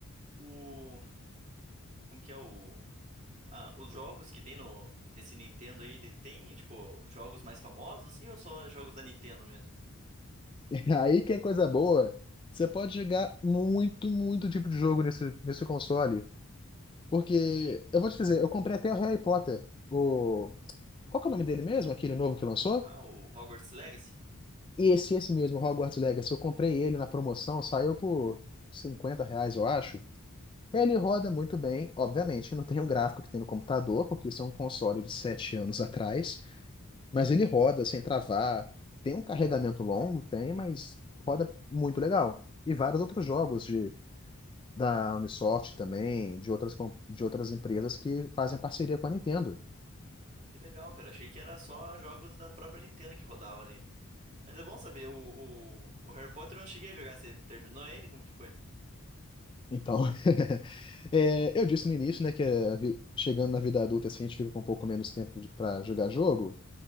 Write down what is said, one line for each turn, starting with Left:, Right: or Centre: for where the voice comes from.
Right: O... o... Como que é o... Ah, os jogos que tem no nesse Nintendo aí, ele tem, tipo, jogos mais famosos, assim, ou só jogos da Nintendo mesmo?
Left: <laughs> Aí que é coisa boa. Você pode jogar muito, muito tipo de jogo nesse, nesse console. Porque, eu vou te dizer, eu comprei até o Harry Potter. O... Qual que é o nome dele mesmo? Aquele novo que lançou?
Right: Ah, o Hogwarts Legacy?
Left: esse, esse mesmo, Hogwarts Legacy. Eu comprei ele na promoção, saiu por 50 reais, eu acho. Ele roda muito bem, obviamente, não tem o gráfico que tem no computador, porque isso é um console de 7 anos atrás, mas ele roda sem travar. Tem um carregamento longo, tem, mas roda muito legal. E vários outros jogos de, da Ubisoft também, de outras, com- de outras empresas que fazem parceria com a Nintendo.
Right: Ah, que legal, cara. Achei que era só jogos da própria Nintendo que rodava nele. Mas é bom saber, o, o, o Harry Potter eu não cheguei a jogar. Você terminou ele? Como que foi?
Left: Então, <laughs> é, eu disse no início, né, que a vi- chegando na vida adulta, assim, a gente fica com um pouco menos tempo para jogar jogo.